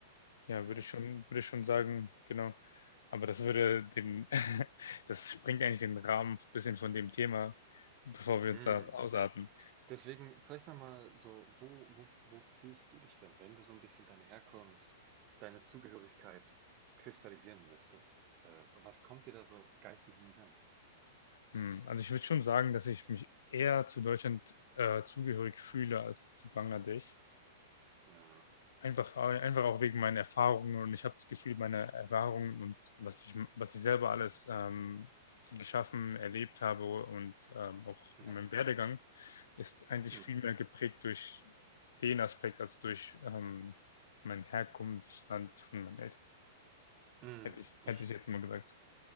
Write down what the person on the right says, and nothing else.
Ja.
Mhm.
Deswegen vielleicht noch mal so, wo wo wo fühlst du dich denn, wenn du so ein bisschen deine Herkunft, deine Zugehörigkeit kristallisieren müsstest? Äh, was kommt dir da so geistig in den Sinn?
Ja,
ja,
mhm,
mhm.
Ich